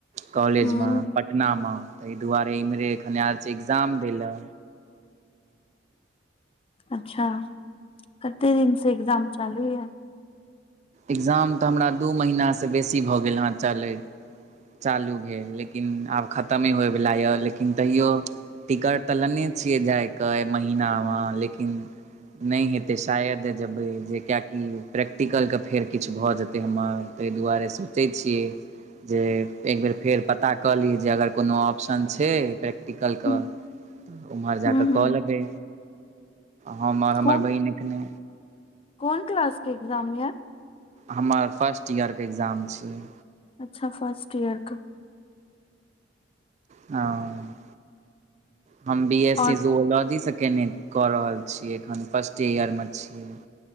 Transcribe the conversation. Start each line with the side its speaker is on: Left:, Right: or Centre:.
Right: कॉलेज
Left: ह
Right: मे पटना मे ताहि दुआरे इम्हरे एखन आर एग्जाम दै ल
Left: अच्छा कते दिन से एकग्जाम चालू य
Right: एग्जाम तऽ हमरा दू महिनासँ बेसी भऽ गेल हँ चलैत चालू भेल लेकिन आब खतमे होयवला यै लेकिन तैओ टिकट तऽ लेने छियै जा के महीना मे लेकिन नहि हेतै शायद जब जे कियकि प्रैक्टिकलके फेर किछु भऽ जेतै हमर ताहि दुआरे सोचै छियै जे। त एकबेर फेर पता कऽ लियै जे अगर कोनो ऑप्शन छै प्रै टिकल कऽऽ
Left: ह
Right: उम्हर जा
Left: ह
Right: कऽ कलेबई हम हमर
Left: कोन
Right: बहिन एखने
Left: कोन क्लस के एग्जाम य
Right: हमर फर्स्ट ईयरके एग्जाम छियै
Left: अच्छा फर्स्ट ईयरके
Right: हं हम बी एस
Left: और
Right: सी जुलॉजी से केने कऽ रहल छियै एखन फर्स्टे ईयरमे छियै